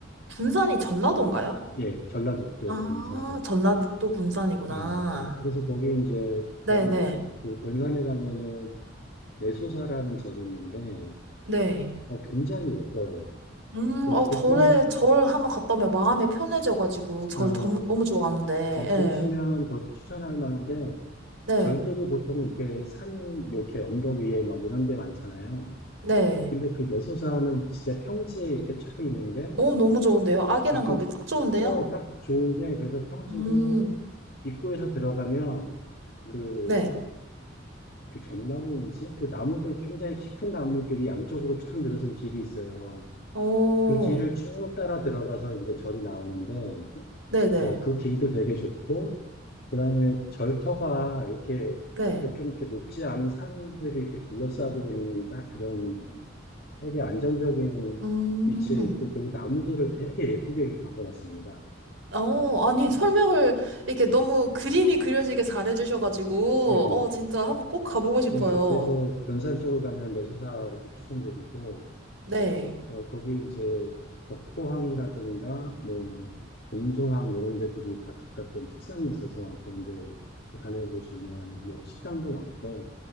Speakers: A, on the right; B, on the left.
A: 군산이 전라도인가요?
B: 예, 전라북도
A: 아,
B: 군산.
A: 전라북도 군산이구나.
B: 어, 예, 그래서 거기 이제 가는
A: 네네. 네.
B: 그 변산에 가면은 내소사라는 절이 있는데
A: 네.
B: 어 굉장히 예뻐요.
A: 음,
B: 예,
A: 어,
B: 보통
A: 절에, 절 한번 갔다 오면 마음이 편해져가지고, 절
B: 아
A: 너무, 너무 좋아하는데,
B: 어,
A: 예.
B: 그러시면 더 추천할 만한데,
A: 네.
B: 절들이 보통 이렇게 산, 뭐 이렇게 언덕 위에 막 이런 데 많잖아요.
A: 네.
B: 근데 그 내소사는 진짜 평지에 이렇게 쫙 있는데,
A: 어, 너무 좋은데요? 아기랑
B: 이 그,
A: 가기 딱 좋은데요?
B: 어, 딱 좋은 게, 그래서 평지고,
A: 음,
B: 입구에서 들어가면, 그,
A: 네.
B: 그 전나무인지? 그 나무들, 굉장히 깊은 나무들이 양쪽으로 쫙 늘어선 길이 있어요.
A: 어,
B: 그 길을 쭉 따라 들어가서 이제 절이 나오는데,
A: 네네. 네.
B: 어, 그 길도 되게 좋고, 그다음에 절터가 이렇게
A: 네.
B: 좀 이렇게 높지 않은 산들이 이렇게 둘러싸고 있는 딱 그런 되게 안정적인
A: 음,
B: 위치에 있고 거기 나무들을 되게 예쁘게 바꿔놨습니다.
A: 어, 아니, 설명을 이렇게 너무 그림이 그려지게 잘해주셔가지고,
B: 예,
A: 어, 진짜 한번 꼭 가보고 싶어요.
B: 예. 그래서 변산 쪽을 가면 내수사 이렇게 추천드리고
A: 네.
B: 어, 거기 이제 벽포항이라든가 뭐 봄소항 이런 데들이 다 각각 좀 특성이 있어서 그런 데 이렇게 다녀보시면 뭐 식당도 많고